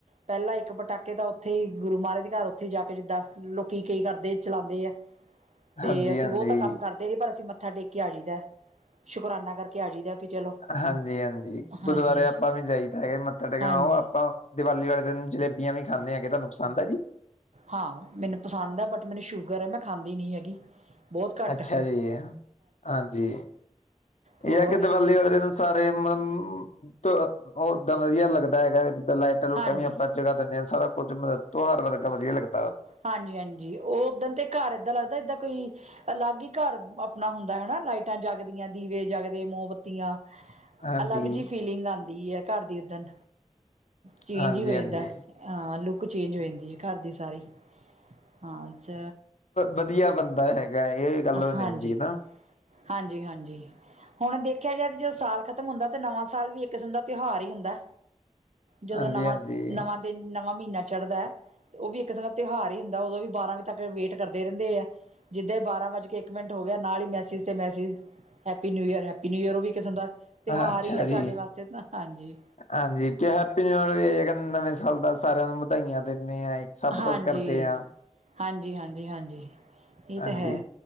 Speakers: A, on the right (about 70°); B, on the left (about 80°).
A: ਪਹਿਲਾਂ ਇੱਕ ਪਟਾਕੇ ਤਾਂ ਉਥੇ ਹੀ ਗੁਰੂ ਮਹਾਰਾਜ ਦੇ ਘਰ ਉਥੇ ਹੀ ਜਾ ਕੇ ਜਿੱਦਾਂ ਲੋਕੀ ਕਈ ਕਰਦੇ ਚਲਾਉਂਦੇ ਹੈ। ਤੇ
B: ਹਾਂਜੀ
A: ਅਸੀਂ
B: ਹਾਂਜੀ
A: ਉਹ ਤਾਂ ਕੰਮ ਕਰਦੇ ਨਹੀਂ ਪਰ ਅਸੀਂ ਮੱਥਾ ਟੇਕ ਕੇ ਆ ਜਾਈਦਾ ਸ਼ੁਕਰਾਨਾ ਕਰਕੇ ਆ ਜਾਈਦਾ ਕਿ ਚਲੋ
B: ਹਾਂਜੀ, ਹਾਂਜੀ
A: ਹਾਂਜੀ
B: ਗੁਰੂਦੁਆਰੇ ਆਪਾਂ ਵੀ ਜਾਈ ਤਾਂ ਹੈਗੇ ਮੱਥਾ ਟੇਕਣ
A: ਹਾਂਜੀ
B: ਉਹ ਆਪਾਂ ਦੀਵਾਲੀ ਵਾਲੇ ਦਿਨ ਜਲੇਬੀਆਂ ਵੀ ਖਾਂਦੇ ਹਾਂਗੇ ਤੁਹਾਨੂੰ ਪਸੰਦ ਹੈ ਜੀ।
A: ਹਾਂ ਮੈਨੂੰ ਪਸੰਦ ਹੈ ਬਟ ਮੈਨੂੰ ਸ਼ੂਗਰ ਹੈ ਮੈਂ ਖਾਂਦੀ ਨੀ ਹੈਗੀ। ਬਹੁਤ ਘੱਟ
B: ਅੱਛਾ ਜੀ ਹਾਂਜੀ ਇਹ
A: ਹੋਰ
B: ਹੈ ਕਿ ਦੀਵਾਲੀ ਵਾਲੇ ਦਿਨ ਸਾਰੇ ਮਤਲੱਬ ਓਦਾਂ ਵਧੀਆ ਲੱਗਦਾ ਹੈਗਾ ਜਿੱਦਾਂ ਲਾਈਟਾਂ ਲੂਟਾਂ
A: ਹਾਂਜੀ
B: ਵੀ ਆਪਾਂ ਜਗਾਂ ਦਿਨੇਂ ਹਾਂ ਸਾਰਾ ਕੁੱਝ ਤਿਉਹਾਰ ਵਰਗਾ ਵੀ ਲਗਦਾ।
A: ਹਾਂਜੀ ਹਾਂਜੀ ਉਹ ਉਦਣ ਤੇ ਘਰ ਏਦਾਂ ਲੱਗਦਾ ਏਦਾਂ ਕੋਈ ਅਲੱਗ ਹੀ ਘਰ ਆਪਣਾ ਹੁੰਦਾ ਹਨਾ। ਲਾਈਟਾਂ ਜਗਦੀਆਂ ਦੀਵੇ ਜਗਦੇ ਮੋਮਬੱਤੀਆਂ।
B: ਹਾਂਜੀ
A: ਅਲੱਗ ਜਿਹੀ ਫੀਲਿੰਗ ਆਉਂਦੀ ਹੈ। ਘਰ ਦੀ ਉਦਣ ਚੇਂਜ
B: ਹਾਂਜੀ
A: ਹੀ ਹੋ ਜਾਂਦਾ।
B: ਹਾਂਜੀ
A: ਹਾਂ ਲੁੱਕ ਚੇਂਜ ਹੋ ਜਾਂਦੀ ਹੈ। ਘਰ ਦੀ ਸਾਰੀ ਹਾਂ ਚ
B: ਵਧੀਆ ਬੰਦਾ ਹੈਗਾ ਇਹ। ਗੱਲ ਹੁੰਦੀ
A: ਹਾਂਜੀ-
B: ਨਾ
A: ਹਾਂਜੀ -ਹਾਂਜੀ। ਹੁਣ ਦੇਖਿਆ ਜਾ ਜਦੋ ਸਾਲ ਖਤਮ ਹੁੰਦਾ। ਤਾਂ ਨਵਾ ਸਾਲ ਵੀ ਇਕ ਕਿਸਮ ਦਾ ਤਿਉਹਾਰ ਹੀ ਹੁੰਦਾ। ਜਦੋਂ
B: ਹਾਂਜੀ-ਹਾਂਜੀ,
A: ਨਵਾਂ- ਨਵਾਂ ਦਿਨ ਨਵਾਂ ਮਹੀਨਾ ਚੜ੍ਹਦਾ ਹੈ। ਤੇ ਉਹ ਵੀ ਇਕ ਸਮੇਾ ਤਿਉਹਾਰ ਹੀ ਹੁੰਦਾ। ਉਦੋ ਵੀ ਬਾਰਾਂ ਵਜੇ ਤੱਕ ਵੇਟ ਕਰਦੇ ਰਹਿਦੇ ਆ। ਜਿੱਦਾਂ ਹੀ ਬਾਰਾਂ ਸਟੇਟਮੈਂਟ ਕੇ ਹੋ ਗਿਆ ਨਾਲ ਹੀ। ਮੈਸਜ ਤੇ message happy new year - happy new year ਵੀ ਕਿਸਮ ਦਾ ਤਿਉਹਾਰ
B: ਅੱਛਾ
A: ਹੀ ਆ
B: ਜੀ।
A: ਸਾਡੇ ਵਾਸਤੇ ਤਾਂ ਹਾਂਜੀ।
B: ਹਾਂਜੀ ਕਿ ਹੈਪੀ ਨਿਊ ਨਵੇ ਸਾਲ ਦਾ ਸਾਰਿਆਂ ਨੂੰ ਵਧਾਈਆਂ ਦਿੰਦੇ ਆ। ਸਭ
A: ਹਾਂਜੀ-
B: ਕੁਝ ਕਰਦੇ ਆ।
A: ਹਾਂਜੀ- ਹਾਂਜੀ -ਹਾਂਜੀ ਇਹ
B: ਹਾਂਜੀ।
A: ਤਾਂ ਹੈ।